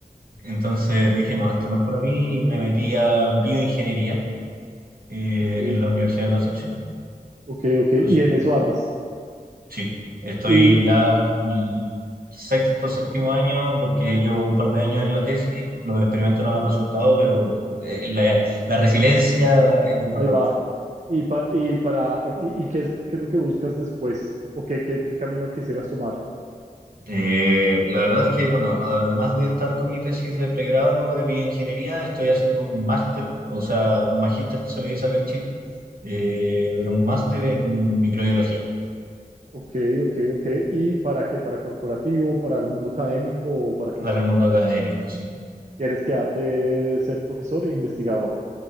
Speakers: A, on the right; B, on the right.
A: Entonces dije, no, esto no es para mí y me metí a bioingeniería eh,
B: Ok.
A: en la Universidad de Concepción.
B: Ok, ok,
A: Bueno,
B: y en eso andas.
A: Sí, estoy
B: Y
A: ya en mi sexto, séptimo año, porque llevo un par de años en la tesis, los experimentos no me han resultado, pero eh, la, la resiliencia es lo importante.
B: ahí va. Y, pa- y para y, y qué es, qué es lo que buscas después? ¿O qué, qué, qué camino quisieras tomar?
A: Eh, la verdad es que, bueno, además de estar con mi tesis de pregrado de bioingeniería, estoy haciendo un máster, o sea, un magíster que se le dice acá en Chile, eh, pero un máster en microbiología
B: Ok, ok, ok. ¿Y para qué? ¿Para corporativo, para el mundo académico o para qué?
A: para el mundo académico, sí.
B: ¿Quieres quedarte ser profesor e investigador?